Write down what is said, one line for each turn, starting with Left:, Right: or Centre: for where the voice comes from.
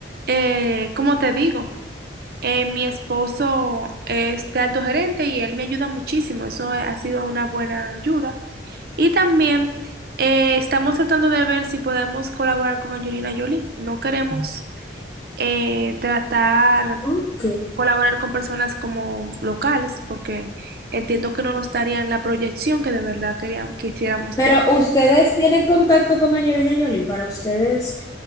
Right: Eh, como te digo. Eh, mi esposo es de alto gerente y él me ayuda muchísimo, eso ha sido una buena ayuda. Y también eh, estamos tratando de ver si podemos colaborar con Angelina Jolie. No queremos eh, tratar
Left: ok.
Right: colaborar con personas como locales porque entiendo que no nos darían la proyección que de verdad quería- quisiéramos
Left: Pero
Right: tener.
Left: ustedes tienen contacto con Angelina Jolie para ustedes